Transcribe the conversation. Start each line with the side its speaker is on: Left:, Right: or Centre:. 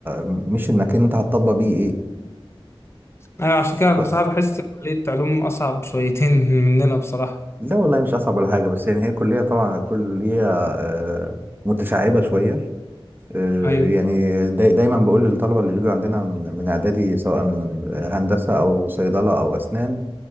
Right: مش انك انت هتطبق بيه ايه
Left: ايوه
Right: ف...
Left: عشان كده بصراحه بحس إن كليه علوم اصعب شويتين مننا بصراحه
Right: لا والله مش اصعب ولا حاجة بس يعني هي كلية طبعا كلية آه، متشعبة شوية آه،
Left: ايوه
Right: يعني داي دايما بقول للطلبه اللي بيجوا عندنا من من اعدادي سواء هندسه او صيدله او اسنان